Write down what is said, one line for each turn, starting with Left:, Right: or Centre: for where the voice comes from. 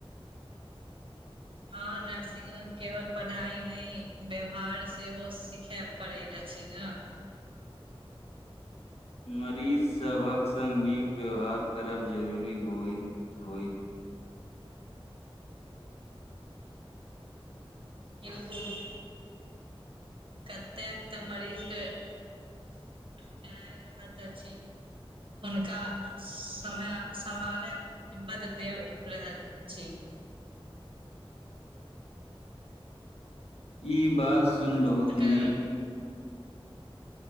Right: हँ, नर्सिंग मे केवल पढ़ाई नहि, व्यवहार सेहो सिखय पड़ै अछि ना।
Left: मरीजसभक सङ्ग नीक व्यवहार करब जरूरी होइत, होइत।
Right: 'बिलकुल'! कतेक तऽ मरीजके डराय रहैत अछि। हुनका समय सम्हालैक हिम्मत दैब रहैत छी।
Left: ई बात सुइन
Right: नर्स
Left: बहुत
Right: के
Left: नीक।